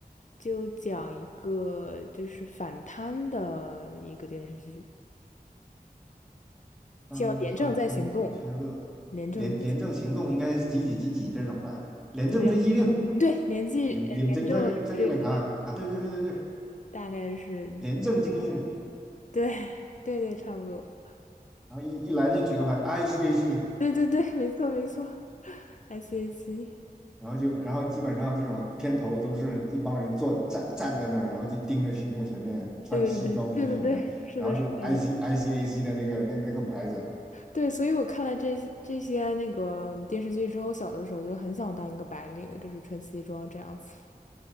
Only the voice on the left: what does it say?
就讲一个就是反贪的一个电视剧，
叫《廉政在行动》，
《廉政在行》。
对对，连记呃廉政追击令
大概是
对对对，差不多，
对对对，没错没错，SAC，
对对对对对对，是的，
是这样子。
对，所以我看了这些这些那个电视剧之后，小的时候就很想当一个白领，就是穿西装这样子。